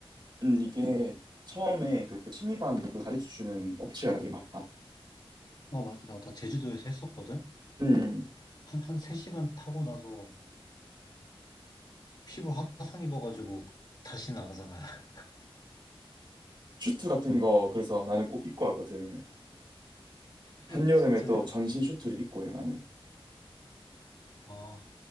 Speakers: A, on the right; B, on the left.
A: 음, 이게 처음에 그 취미반으로 가르쳐 주는 업체가 되게 많아.
B: 어 맞아 나 제주도에서 했었거든?
A: 음.
B: 한 한 3시간 타고 나서 피부 화상 입어가지고 다시는 안 하잖아
A: 슈트 같은 거 그래서 나는 꼭 입고 하거든.
B: <laughs>
A: 한여름에
B: 진짜
A: 또 전신 슈트를 입고 해 나는.
B: 어